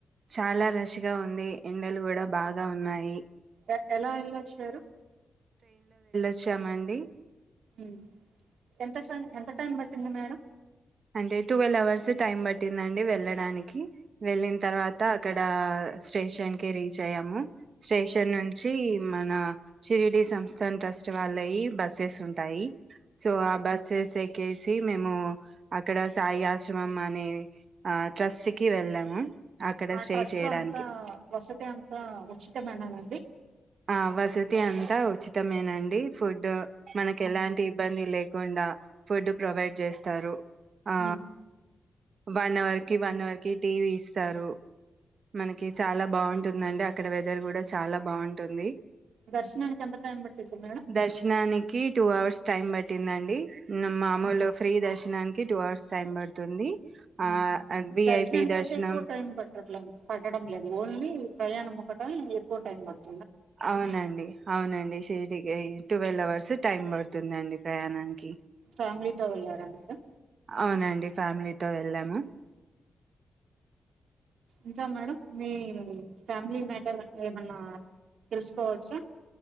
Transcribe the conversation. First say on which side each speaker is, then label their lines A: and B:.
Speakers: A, on the right; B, on the right.
A: చాలా రష్గా ఉంది ఎండలు కూడా బాగా ఉన్నాయి
B: ఎ ఎలా వెన్నొచ్చారు
A: వచ్చామండి
B: ఎ ఎ ఎంత టైం పట్టింది మేడం
A: అంటే టువెల్వ్ అవర్స్ టైం పట్టిందండి వెళ్ళడానికి వెళ్ళిన తర్వాత అక్కడ స్టేషన్ కి రీచ్ అయ్యాము స్టేషన్ నుంచి మన షిరిడి సంస్థాన్ ట్రస్ట్ వాళ్ళయి బస్సెస్ ఉంటాయి సో ఆ బసెస్ కెసి మేము అక్కడ సాయి ఆశ్రమం అనే ఆ ట్రస్ట్ కి వెళ్ళాము అక్కడ
B: ఆ
A: స్టే
B: ట్రస్ట్
A: చేయడానికి
B: లో అంతా వసతి అంతా ఉచితమైననండి
A: ఆ వసతి అంతా ఉచితమేనండి ఫుడ్ మనకి
B: ఆ
A: ఎలాంటి ఇబ్బంది లే కుండా ఫుడ్ ప్రొవైడ్ చేస్తారు ఆ
B: ఉమ్
A: వన్ అవర్ కి వన్ అవర్ కి టీవీ ఇస్తారు మనకి చాలా బాగుంటుందండి అక్కడ వెదర్ కూడా చాలా బాగుం ఉంటుంది
B: దర్శనం ఎంతా టైమ్బటిది మేడం
A: దర్శనానికి టూ అవర్స్ టైమ్ పట్టిందండి మామూలు ఫ్రీ దర్ష్ నానికి టూ అవర్స్ టైం పడుతుంది
B: ఉమ్
A: ఆ విఐపి
B: దర్శనానికి
A: దర్శనం
B: అయితే ఎక్కువ టైం పెట్టట్లే పట్టడం లేదు ఓన్లీ ప్రయాణం ఒక్కటే ఎక్కువ టైం పడుంది
A: అవునండి అవునండి <unintelligible> ట్వెల్వ్ అవర్స్ టైం పడుతుందండి ప్రయాణానికి
B: ఫ్యామిలీతో వెళ్ళారా మీరు
A: అవునండి ఫ్యామిలీతో వెళ్ళాము
B: ఇంకా మేడం మీ ఫ్యామిలీ మ్యాటర్ ఏమన్నా తెలుసుకోవచ్చా